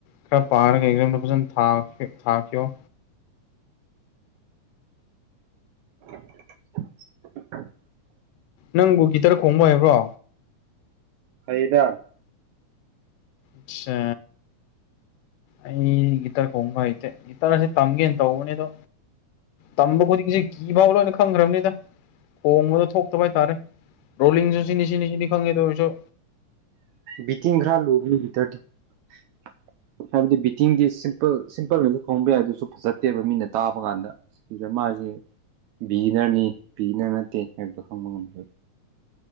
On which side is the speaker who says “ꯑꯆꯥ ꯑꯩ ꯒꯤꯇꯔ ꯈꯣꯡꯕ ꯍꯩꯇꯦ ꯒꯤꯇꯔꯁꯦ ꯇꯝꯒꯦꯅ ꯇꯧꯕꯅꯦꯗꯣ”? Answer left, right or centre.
Left